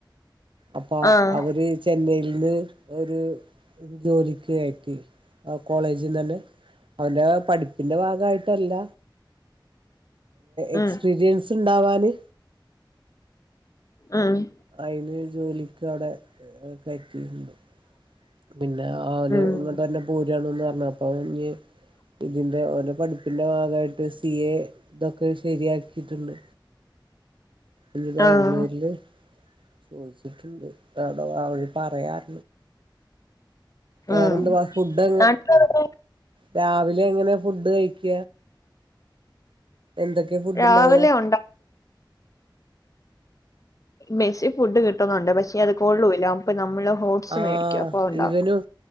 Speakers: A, on the right; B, on the left.
A: അപ്പൊ
B: ആഹ് ആഹ്
A: അവര് ചെന്നൈല്ന്ന് ഒരു ജോലിക്ക് കയറ്റി ആ കോളേജിൽന്ന് തന്നെ അവന്റെ പഠിപ്പിന്റെ ഭാഗായിട്ടല്ല
B: ഉം
A: എക്സ്പീരിയൻസ്. ണ്ടാവാന്.
B: ആഹ്
A: അയിന് ജോലിക്ക് അവ്ടെ കയറ്റിയിട്ടുണ്ട് പിന്നെ ഓന്
B: ഉം
A: ഇങ്ങട്ടന്നെ പോരാണ്ന്നർഞപ്പോ ങ് ഇതിന്റെറെ ഓന്റെ പഠിപ്പിന്റെ ഭാഗയിട്ട് സി എ ഇതൊക്കെ ശരിയാക്കിയിട്ടുണ്ട്. ഇനി ബാംഗ്ലൂരില്
B: ആഹ്
A: ചോദിച്ചിട്ടുണ്ട്. അവിട അ പറയാറ വേറെന്തവാ
B: ഉം
A: ഫുഡ്
B: നാട്ടിലവിടെ
A: രാവിലെ എങ്ങനെ ഫുഡ് കഴിക്ക എന്തൊക്കെ ഫുഡ്
B: രാവിലെ
A: ഇണ്ടാവ
B: ഉണ്ടാ മെസ്സി ഫുഡ് കിട്ടുന്നുണ്ട് പക്ഷേ അത് കൊള്ളൂല്ല അപ്പ നമ്മള് ഹോട്ടസ്
A: ആഹ്
B: മേടിക്കും അപ്പൊ ഉണ്ടാക്കും.
A: ഇവനും